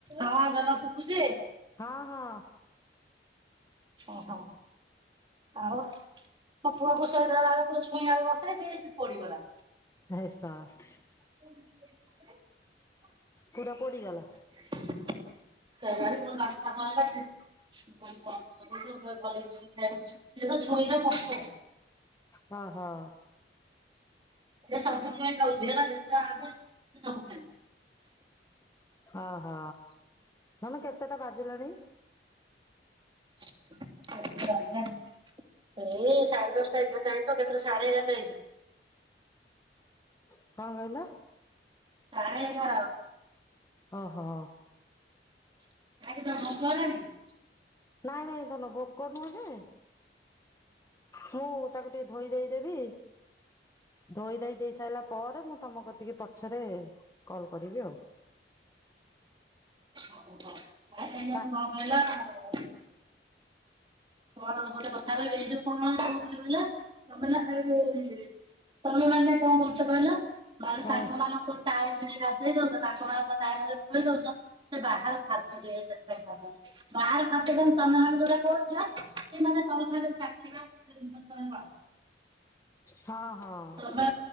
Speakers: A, on the right; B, on the left.
A: ହଁ ଧନ ଶୁଭୁଚି?
B: ହଁ ହଁ।
A: ଓ ହଁ। ଆଉ, ମୋ ପୁଅକୁ ସୋଇଦେଲା ବେଳକୁ ଛୁଇଁ ଆଳୁ ବସେଇଚି ସିଏ ପୋଡିଗଲା।
B: ଏ ଶଳା।
A: <unintelligible>
B: ପୁରା ପୋଡ଼ିଗଲା?
A: <unintelligible> <unintelligible>
B: ହଁ ହଁ।
A: ସେ ସବୁଦିନ୍ ନଉଚି ହେଲା। ଯେତେବେଳେ ଆମେ ସେ ସବୁ ଖାଇବ।
B: ଅ ହ। ଧନ କେତେଟା ବାଜିଲାଣି?
A: କେତେଟା ବାଜିଲାଣି? ଏଇ ସାଢେ ଦଶଟା ଏଗାର ଟା ହେଇଥିବ କେତେଟା ସାଢେ ଏଗାରଟା ହେଇଚି।
B: କଣ କହିଲ?
A: ସାଢେ ଏଗାର।
B: ଓ ହଁ।
A: <unintelligible>
B: ନାଇଁ ନାଇଁ ଧନ ବୁକ୍ କରିନୁହଁନ୍ତି। ମୁଁ ତାକୁ ଟିକେ ଧୋଇ ଧେଇ ଦେବି ଧୋଇ ଦେଇ ଦେଇ ସାରିଲା ପରେ ମୁଁ ତମ କତିକି ପଛରେ କଲ କରିବି ଆଉ।
A: ଓହୋ, ଖାଇ ସାରିଲେ
B: ତା
A: କଲ କରିବ ଆଉ। କଣ ଗୋଟେ କଥା କହିବି ଏଇ ଯୋଉ କଣ କହୁଥିଲି କହିଲ ଏ <unintelligible> ତମେ ମାନେ କଣ କରୁଚ କହିଲ? ମାନେ
B: ହଁ
A: ତାଙ୍କ ମାନଙ୍କ ଟାଇମରେ ଗାଧେଇ ଦୋଉଛ ତାଙ୍କ ମାନଙ୍କ ଟାଇମରେ ଖୋଇ ଦୋଉଛ। ସେ ବାହାର ଖାଉଛି ଟିକେ ସେଥିପାଇଁ ବାହାର ଖାଦ୍ୟ ତମେ ମାନେ ଯୋଉଟା କହୁଛ ଟିକେ ମାନେ ତମ ସାଙ୍ଗରେ ଚାଖିବା ସେ
B: ହଁ, ହଁ।
A: ତମେ